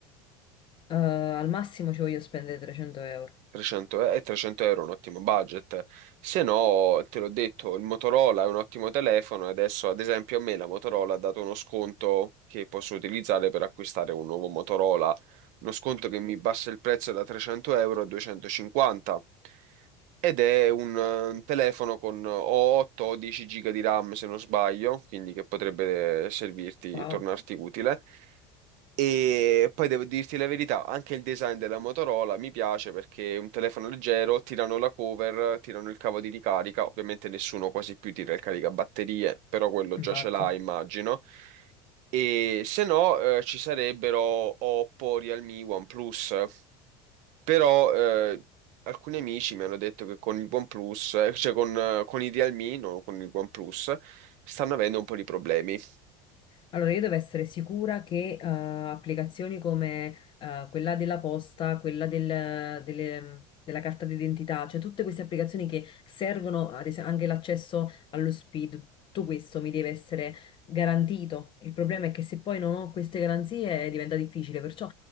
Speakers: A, on the left (about 35°); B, on the right (about 60°).
A: Eh, al massimo ci voglio spendere 300 euro.
B: 300, e 300 euro è un ottimo budget, se no, te l'ho detto, il Motorola è un ottimo telefono e adesso, ad esempio, a me la Motorola ha dato uno sconto che posso utilizzare per acquistare un nuovo Motorola, uno sconto che mi bassa il prezzo da 300 euro a 250 ed è un, eh, un telefono con o 8 o 10 giga di RAM se non sbaglio, quindi che potrebbe eh, servirti,
A: Wow,
B: tornarti utile. E poi devo dirti la verità, anche il design della Motorola mi piace perché è un telefono leggero, tirano la cover, tirano il cavo di ricarica, ovviamente nessuno quasi più tira il caricabatterie, però quello
A: infatti.
B: già ce l'ha, immagino. E se no, eh, ci sarebbero Oppo, Realme, OnePlus, però eh, alcuni amici mi hanno detto che con il OnePlus, eh, cioè con, eh, con i Realme, non con il OnePlus, stanno avendo un po' di problemi.
A: Allora, io devo essere sicura che eh, applicazioni come eh, quella della posta, quella del- delle- della carta d'identità, cioè tutte queste applicazioni che servono, ad esempio, anche l'accesso allo SPID, tutto questo mi deve essere garantito. Il problema è che se poi non ho queste garanzie eh, diventa difficile, perciò